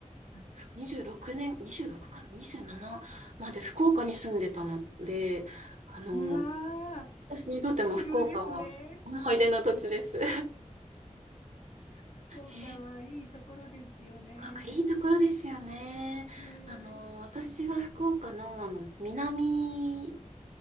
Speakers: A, on the left (about 60°); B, on the right (about 65°).
A: はい
B: 26年、26かな ?27 まで福岡に住んでたので、あの、
A: うわ
B: 私にとっても福岡は思い出の土地です。
A: ー、奇遇ですね。<laughs> 福岡はいいところですよね。
B: <laughs> ね福岡いいところですよね。
A: えー、
B: あの、私は福岡の、あの、南